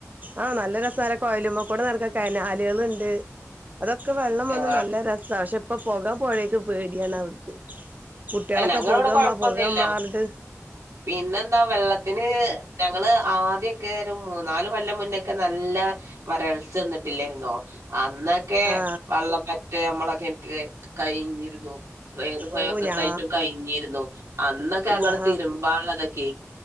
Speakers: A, on the right; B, on the right.
A: ആഹ് നല്ല രസാനെ കൊയല്മ്മക്കൂടെ നടക്കാൻ കനാലേള്ണ്ട് അതൊക്കെ വെള്ളം വന്ന്
B: ആഹ്
A: നല്ല ര സാ പക്ഷെ ഇപ്പൊ പൊകാം പൊഴേക്ക് പേടിയാണ് അവ്ട്ക്ക് കുട്ട്യാളൊക്കെ
B: ഏഹ് ഞങ്ങളിവിടെ
A: പോകാമ്മാ
B: കൊഴപ്പൊന്നുമില്ല.
A: പോകാമ്മാ അർഞ്ഞ്ട്ട്
B: പിന്നെന്താ വെള്ളത്തിന് ഞങ്ങള് ആദ്യൊക്കെ ഒരു മൂന്നാല് കൊല്ലം മുന്നൊക്കെ നല്ല വരൾച്ച എന്ന്ട്ടില്ലേര്ന്നോ അന്നൊക്കെ
A: ആ
B: വെള്ളം പറ്റെ അമ്മളെ കെൻറ്റ്ല് കഴിഞ്ഞിരുന്നു വ് ഏത് പൊഴവക്കത്തായിട്ടും
A: ഓ ഞാ
B: കഴിഞ്ഞിരുന്നു അന്നൊക്കെ അങ്ങള്
A: ഞാ
B: തിര്മ്പാള്ളതെക്കെയ്